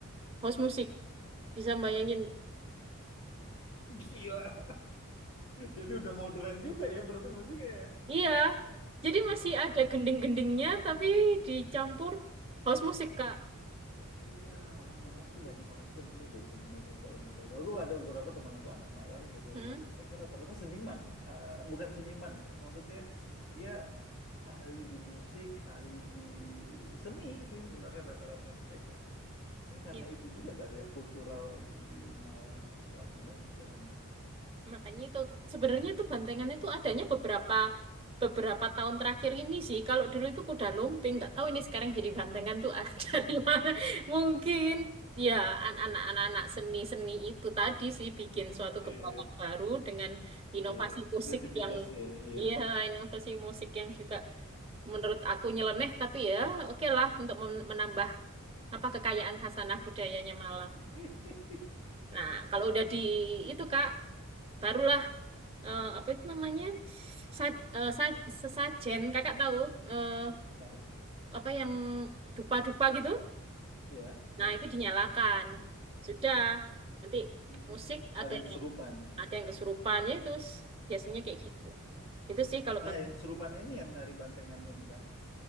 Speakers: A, on the right; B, on the left.
A: house musik. Bisa bayangin?
B: Gila. Jadi udah modern juga ya berarti musiknya ya.
A: Iya, jadi masih ada gending-gendingnya tapi dicampur house musik, Kak.
B: Iya, orang Malang tuh banyak orang seni loh sebenarnya kalau menurut aku. Aku ada beberapa teman aku anak Malang gitu
A: Hmm,
B: dan mereka rata-rata seniman, eh, bukan seniman, maksudnya dia ahli di musik, ahli di seni sih sebenarnya rata-rata mereka. Ini karena
A: iya.
B: itu juga kali ya kultural di Malang sesuatu banget kadang ya.
A: Makanya itu sebenarnya itu bantengan itu adanya beberapa beberapa tahun terakhir ini sih. Kalau dulu itu kuda lumping, nggak tahu ini sekarang jadi bantengan tuh
B: <laughs>
A: <laughs> dari mana. Mungkin ya anak-anak seni-seni itu tadi sih bikin suatu
B: Iya,
A: gebrakan baru dengan inovasi
B: iya,
A: musik
B: kreativitasnya,
A: yang
B: iya.
A: iya inovasi musik yang juga menurut aku nyeleneh tapi ya oke lah untuk men- menambah apa kekayaan khasanah budayanya Malang.
B: <laughs>
A: Nah, kalau udah di itu Kak barulah eh, apa itu namanya sa, eh, sa, sesajen kakak tahu eh,
B: Tahu?
A: apa yang dupa-dupa gitu
B: Iya, iya.
A: nah itu dinyalakan sudah nanti
B: Hmm,
A: musik ada
B: ada yang kesurupan.
A: yang ada yang kesurupan ya itu s- biasanya kayak gitu itu sih kalau
B: Nah,
A: banteng
B: yang kesurupan ini yang nari bantengan ini kan?